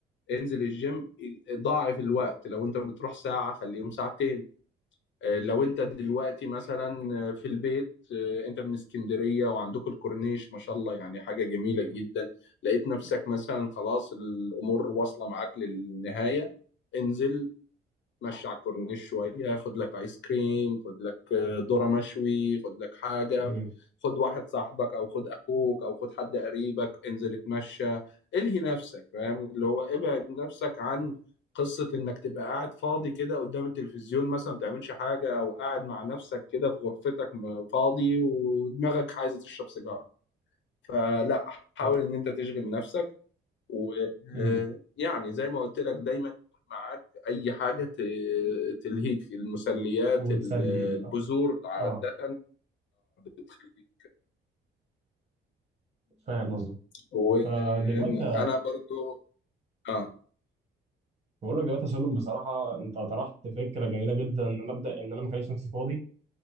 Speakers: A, on the left; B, on the right.
A: انزل الجيم ضاعف الوقت لو انت بتروح ساعه خليهم ساعتين آه، لو انت دلوقتي مثلا آه، في البيت آه، انت من اسكندرية وعندكم الكورنيش ما شاء الله يعني حاجة جميلة جدا لقيت نفسك مثلا خلاص الامور واصلة معاك للنهاية انزل اتمشى على الكورنيش شويه خد لك ايس كريم خد لك آه، ذره مشوي خد لك حاجه
B: مم.
A: خد واحد صاحبك او خد اخوك او خد حد قريبك انزل اتمشى الهي نفسك فاهم اللي هو ابعد نفسك عن قصه انك تبقى قاعد فاضي كده قدام التلفزيون مثلا ما بتعملش حاجه او قاعد مع نفسك كده في غرفتك م- فاضي ودماغك عايزه تشرب سيجاره فلا حاول
B: و...
A: ان انت تشغل نفسك ويعني
B: مم.
A: زي ما قلت لك دايما يكون معاك اي حاجه ت- تلهيك المسليات
B: وتسليني
A: ال- البذور
B: اه
A: عاده
B: اه
A: بتخليك
B: فاهم قصدك
A: وانا
B: آه، دلوقتي
A: برضو اه
B: بقول لك دلوقتي يا سلم بصراحه انت طرحت فكره جميله جدا ان مبدا ان انا ما اخليش نفسي فاضي